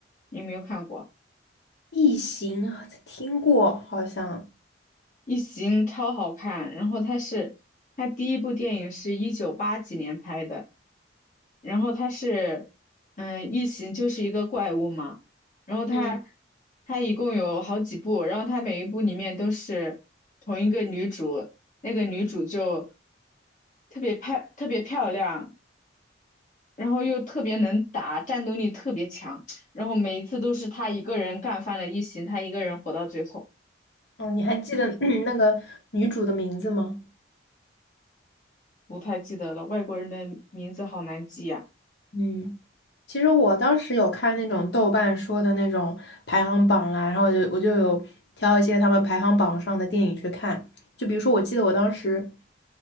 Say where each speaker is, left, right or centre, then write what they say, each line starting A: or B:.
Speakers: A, on the left; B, on the left.
A: 你有没有看过？
B: 异形啊听过，好像。
A: 《异形》超好看，然后它是它第一部电影是一九八几年拍的。然后他是，嗯，异形就是一个怪物嘛，然后他，
B: 嗯，
A: 他一共有好几部，然后他每一部里面都是同一个女主，那个女主就特别漂特别漂亮，然后又特别能打，战斗力特别强，然后每一次都是她一个人干翻了异形，她一个人活到最后，
B: 哦，你还记得 <clears throat> 那个女主的名字吗？
A: 不太记得了，外国人的名字好难记呀、
B: 嗯，其实我当时有看那种豆瓣说的那种排行榜啦，然后我就我就有挑一些他们排行榜上的电影去看，就比如说，我记得我当时